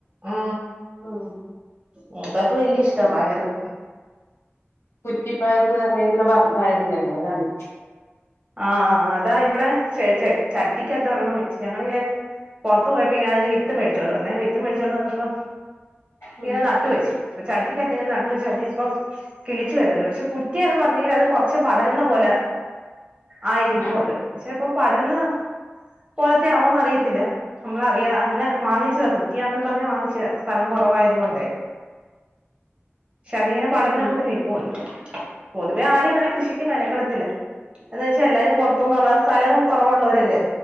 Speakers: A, on the right; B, on the left.
A: ആ
B: ഇം
A: മൂത്താക്ക് വല്ല്യ ഇഷ് ട്ടാ പയറ്.
B: കുറ്റിപ്പയറ്ന്ന് പയറിണ പറ പയറിണ്ടല്ലോ അതാണ്.
A: ആഹ് അതാ ഇവിടെ ചേച്ചേ ചട്ടിക്കകത്ത് ഒരെണ്ണം വെച്ച് ഞങ്ങളിങ്ങനെ പൊറത്ത് പോയപ്പോ ഇങ്ങനെ അതിന്റെ വിത്ത് മേടിച്ചോണ്ട് വന്നേ വിത്ത് മേടിച്ചോണ്ട് വന്നപ്പോ
B: ഉം
A: ഇങ്ങനെ നട്ട് വെച്ചു പ ചട്ടിക്കകത്ത് ഇങ്ങനെ നട്ട് വെച്ച് അതീപ്പം കിളിച്ചു വര്ന്ന് ണ്ട് പക്ഷെ കു റ്റിയാന്ന് പറഞ്ഞീലെ അത് കൊറച്ച് പടര്ന്ന പോലെ ആയിനി
B: ഉം
A: ഇപ്പൊ ഉണ്ട് ഷേ ഇപ്പൊ പടര്ന്ന് പോലത്തെ ആണോന്ന് അറിയത്തില്ല. നമ്മളറിയാ അങ്ങനെ വാങ്ങിച്ചത കുറ്റിയാണെന്നും പറഞ്ഞ് വാങ്ങിച്ച സ്ഥലം കൊറവായത് കൊണ്ടേ ക്ഷെ അതിങ്ങനെ പടർന്ന്
B: ഉം
A: കൂട്ട് നിൽപ്പുണ്ട് പൊതുവെ ആരും അങ്ങനെ കൃഷിക്ക് മെനക്കെടത്തില്ല എന്ന് വെച്ച്എല്ലാരും പുറത്തുന്നുള്ള സ്ഥലം കുറവുള്ളോരല്ലെ